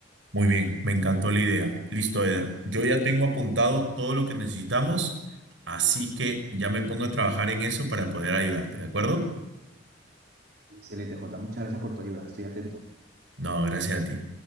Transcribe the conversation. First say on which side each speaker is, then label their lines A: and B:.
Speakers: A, on the right (about 75°); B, on the right (about 55°).
A: Muy bien, me encantó la idea. Listo, Eder. Yo ya tengo apuntado todo lo que necesitamos, así que ya me pongo a trabajar en eso para poder ayudarte, ¿de acuerdo?
B: Excelente, Jota. Muchas gracias por tu ayuda. Estoy atento.
A: No, gracias a ti.